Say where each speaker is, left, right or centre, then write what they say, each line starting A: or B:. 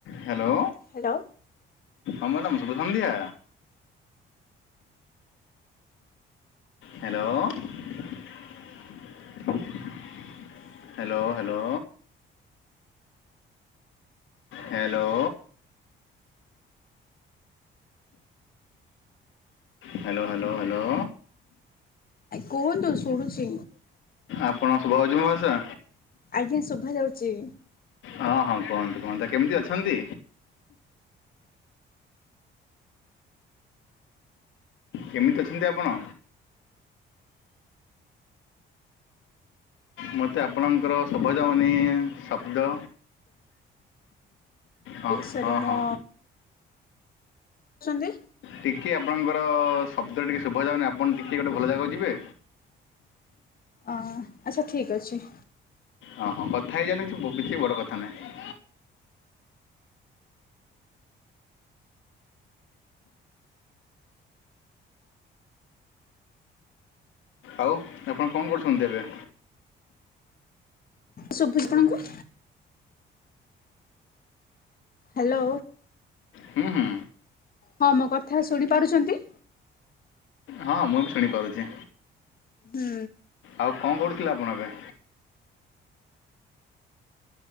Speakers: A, on the left; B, on the left.
A: Hello
B: hello.
A: ଆମର ନାମ ଶଭସନ୍ଧ୍ୟଆ hello hello hello hello hello hello hello
B: କୁହନ୍ତୁ ଶୁଣୁଛି
A: ଆପଣ ସଭାଉଛି ମ ଭଷା
B: ଆଜ୍ଞା ଶୁଭା ଯାଉଛି
A: ହଁ ହଁ କୁହନ୍ତୁ କୁହନ୍ତା କେମିତି ଅଛନ୍ତି କେମିତି ଅଛନ୍ତି ଆପଣ ମୋତେ ଆପଣଙ୍କର ସଭଜାମନୀ ଶବ୍ଦ ହଁ
B: ସରି
A: ହଁ
B: ମୋ
A: ହଁ
B: ଛନ୍ତି
A: ଟିକିଏ ଆପଣଙ୍କର ଶବ୍ଦ ଟିକେ ଶୁଭାଯାଉନି ଆପଣ ଟିକିଏ ଗୋଟେ ଭଲ ଜାଗାକୁ ଯିବେ?
B: ଆଚ୍ଛା ଠିକ୍ ଅଛି।
A: ଓ ହଁ କଥା ହେଇ ଯାଆନ୍ତୁ କିଛି ବଡ କଥା ନାହିଁ। ଆଉ ଆପଣ କଣ କରୁଛନ୍ତି ଏବେ?
B: ଶୁଭୁଚି ତମକୁ? ହ୍ୟାଲୋ
A: ହୁଁ ହୁଁ
B: ହଁ ମୋ କଥା ଶୁଣିପାରୁଛନ୍ତି?
A: ହଁ ମୁଁ ବି ଶୁଣିପାରୁଛି।
B: ହୁଁ।
A: ଆଉ କଣ କରୁଥିଲେ ଆପଣ ଏବେ?